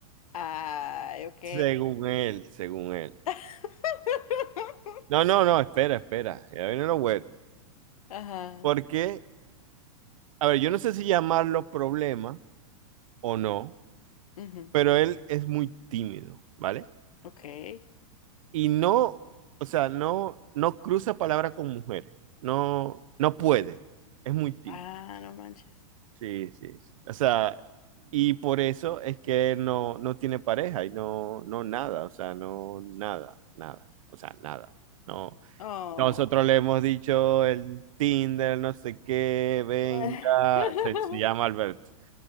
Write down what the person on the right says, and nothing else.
Según él, según él.
No, no, no, espera, espera. Ya viene lo bueno.
Porque, a ver, yo no sé si llamarlo problema o no,
pero él es muy tímido, ¿vale?
Y no, o sea, no, no cruza palabra con mujeres. No, no puede. Es muy tímido.
Sí, sí, sí. O sea, y por eso es que él no, no tiene pareja y no, no nada, o sea, no nada, nada, o sea, nada. No,
Nosotros le hemos dicho el Tinder, no sé qué, venga,
se, se llama Alberto.